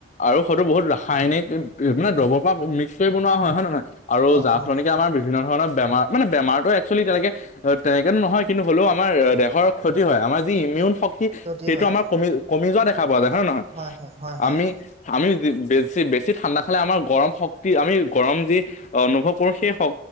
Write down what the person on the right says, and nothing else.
অ
অ
ক্ষতি
হয়
হয় হয় হয় হয়